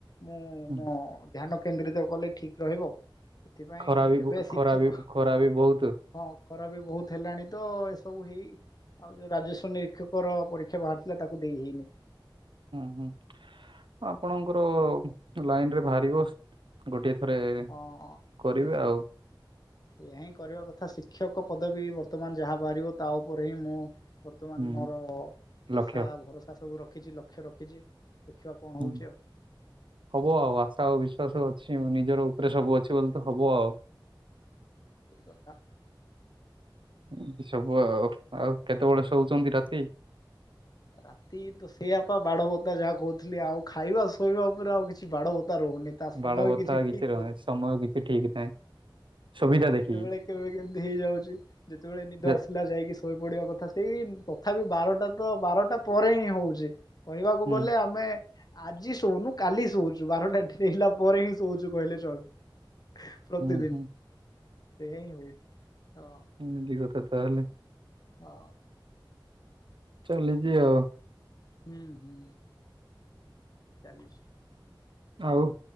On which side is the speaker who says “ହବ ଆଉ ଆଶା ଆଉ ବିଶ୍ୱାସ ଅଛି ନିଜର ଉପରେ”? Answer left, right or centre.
Right